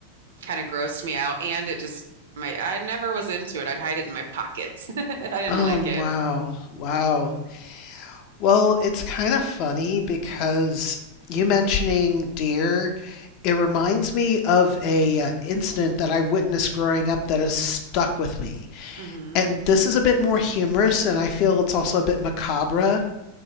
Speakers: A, on the right; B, on the left.
A: kind of grossed me out, and it just my I never was into it. I'd hide it in my pockets. <laughs> I didn't
B: oh,
A: like
B: wow,
A: it.
B: wow. Well, it's kind of funny because you mentioning deer, it reminds me of a uh, incident that I witnessed growing up that has stuck with me.
A: hmm
B: And this is a bit more humorous, and I feel it's also a bit macabre.